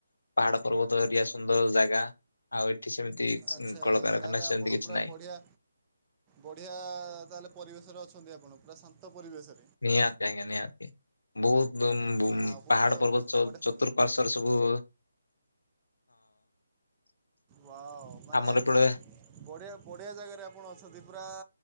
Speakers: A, on the left; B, on the right.
A: ପାହାଡ ପର୍ବତ ଏରିଆ ସୁନ୍ଦର ଜାଗା ଆଉ ଏଠି ସେମିତି
B: ଆଚ୍ଛା
A: କଳକାରଖାନା
B: ତାହେଲେ
A: ସେମିତି
B: ଆପଣ
A: କିଛି
B: ପୁରା
A: ନାହିଁ
B: ବଢ଼ିଆ ବଢିଆ ତାହେଲେ ପରିବେଶରେ ଅଛନ୍ତି ଆପଣ ପୁରା ଶାନ୍ତ ଶାନ୍ତ ପରିବେଶରେ।
A: ନିହାତି ଆଜ୍ଞା ନିହାତି ବହୁତ
B: ଆଜ୍ଞା ଆପଣଙ୍କୁ
A: ପାହାଡ
B: ତ
A: ପର୍ବତ ଚ
B: ବଢ଼ିଆ
A: ଚ ଚତୁର୍ପାର୍ଶ୍ଵରେ ସବୁ ହଁ।
B: ୱାଓ ମାନେ
A: ଆମର ଏପଟେ
B: ବଢିଆ ବଢ଼ିଆ ଜାଗାରେ ଆପଣ ଅଛନ୍ତି ପୁରା